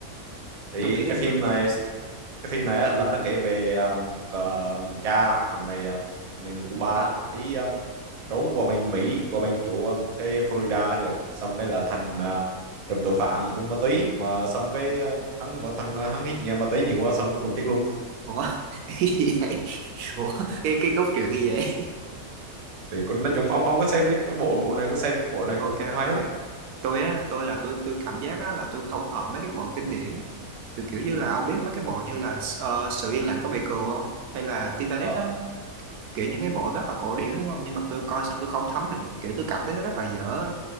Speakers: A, on the right; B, on the right.
A: thì
B: tôi nghĩ
A: cái
B: là
A: phim
B: tôi
A: này cái phim này á, là nó kể về ờ, một, ờ, thằng cha thằng này ờ, thằng này người Cuba á, khi ừm, trốn qua bên Mỹ qua bên chỗ ừm, cái Florida kìa xong cái là thành ờ, trùm tội phạm buôn ma túy mà xong cái ờ, hắn bản thân ờ, hắn hít nhà ma túy nhiều quá xong cuối cùng chết luôn
B: ủa <laughs> cái gì vậy ủa cái cái cốt truyện gì vậy
A: thì con nói chung ông ông có xem đấy, cái bộ bộ này có xem đấy, bộ
B: <laughs>
A: này
B: ok
A: cũng cũng
B: ok
A: hay lắm
B: tôi á tôi là tôi tôi cảm giác á là tôi không hợp mấy cái bộ kinh điển từ kiểu như
A: ừ
B: là ông biết mấy cái bộ như là ờ, sự yên lặng của Baker không hay là Titanic
A: ờ
B: á kiểu những cái bộ rất là cổ điển đúng không nhưng mà tôi coi sao tôi không thấm được kiểu tôi cảm thấy nó rất là dở